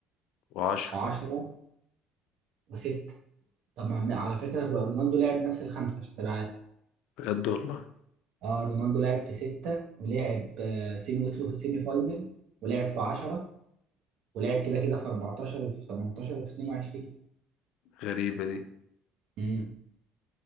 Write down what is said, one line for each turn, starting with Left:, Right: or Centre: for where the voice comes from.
Left: و10
Right: و10 و6 طب ما عم- على فكرة بقى رونالدو لعب نفس الخمسة عشان تبقى عارف
Left: بجد والله
Right: اه رونالدو لعب في ستة ولعب آه، سيمي وصلوا في السيمي فاينل ولعب في 10 ولعب كده كده في 14 وفي 18 وفي 22
Left: غريبة دي
Right: امم